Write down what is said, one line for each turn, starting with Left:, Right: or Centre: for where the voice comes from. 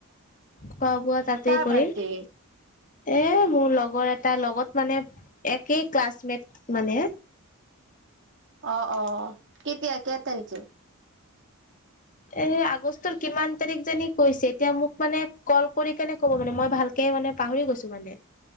Left: খোৱা বোৱা তাতেই
Right: কাৰ
Left: কৰিম।
Right: বাৰ্থডে
Left: এ মোৰ লগৰ এটা লগত মানে একেই ক্লাছমেট মানে
Right: অ অ কেতিয়া কে তাৰিখে।
Left: এ আগষ্টৰ কিমান তাৰিখ জানি কৈছে এতিয়া মোক মানে কল কৰি কেনে ক'ব মানে মই ভালকে মানে পাহৰি গৈছো মানে।